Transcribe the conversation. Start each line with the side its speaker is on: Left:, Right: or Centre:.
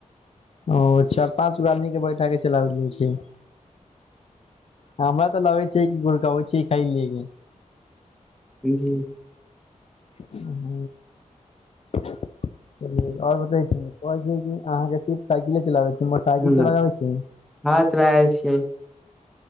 Left: ओ चार पाँच गो आदमी के बैठा के चला बैत रहै छियै हमरा तऽ लागै छै कि गुरबई छियै काईलै
Centre: जी
Left: ह <unintelligible> आऔर बताेउ अहाँ के सिफ साइकिले चलाबै छी मोटरसाइकिल
Centre: ह
Left: चलाबे आबै छै
Centre: हँ च र आल छियै